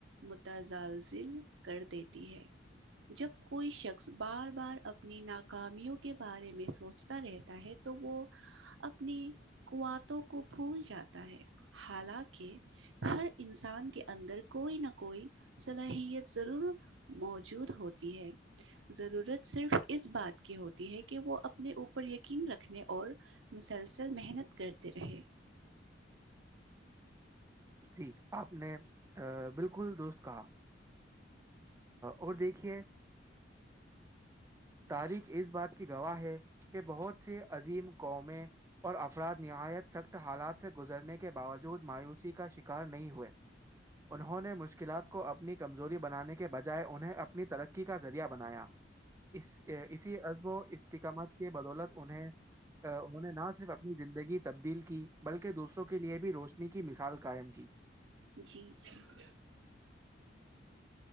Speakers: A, on the right; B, on the right.
A: متزلزل کر دیتی ہے جب کوئی شکص بار بار اپنی ناکامیوں کے بارے میں سوچتا رہتا ہے تو وہ اپنی کوتوں کو پھول جاتا ہے حالانکہ ہر انسان کے اندر کوئی نہ کوئی صلاحیت ضرور موجود ہوتی ہے ضت صرف اس بات کی ہوتی ہے کہ وہ اپنے اوپر یقین رکھنے اور مسلسل محنت کرتے رہے
B: جی آپ نے بالکل درست کہا اور دیکھیے تاریخ اس بات کی گواہ ہے کہ بہت س عظیم قومیں اور افراد نہایت سخت حالات سے گزرنے کے باوجود مایوسی کا شکار نہیں ہوئے انہوں نے مشکلات کو اپنی کمزوری بنانے کے کے بجائے انہیں اپنی ترقی کا ذریعہ بنایا اس اسی عزب و استقامت کے بدولت انہیں انہوں نے نہ صرف اپنی زندگی تبدیل کی بلکہ دوسروں کے لیے بھی روشنی کی مثال قائم کی
A: جی جی <inaudible>